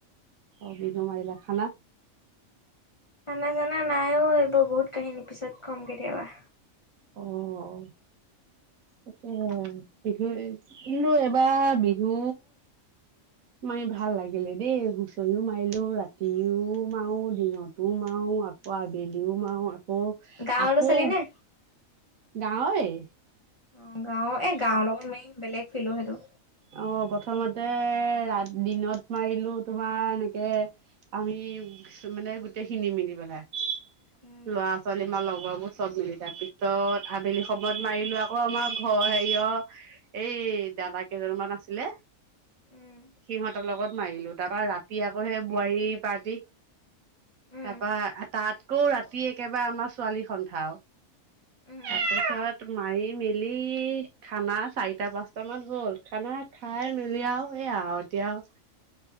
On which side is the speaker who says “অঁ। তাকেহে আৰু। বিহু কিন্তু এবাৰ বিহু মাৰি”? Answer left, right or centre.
Right